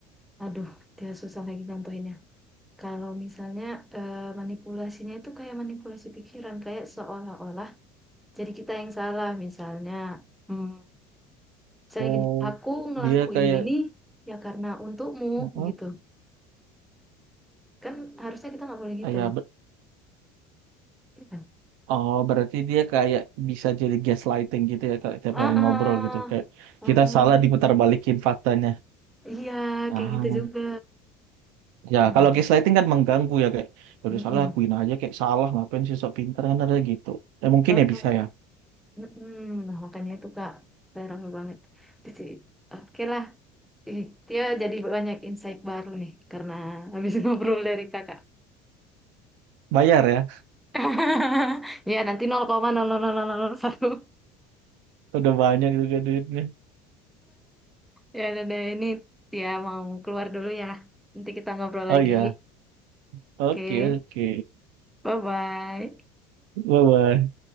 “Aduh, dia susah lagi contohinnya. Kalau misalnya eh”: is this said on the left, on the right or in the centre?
Centre